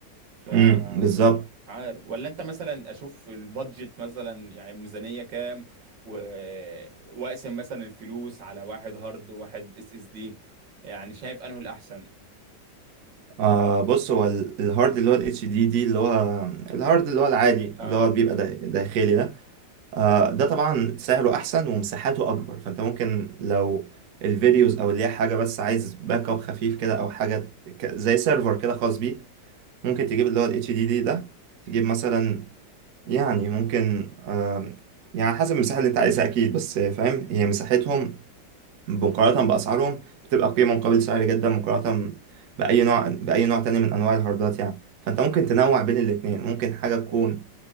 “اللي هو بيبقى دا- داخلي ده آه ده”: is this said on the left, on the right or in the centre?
Right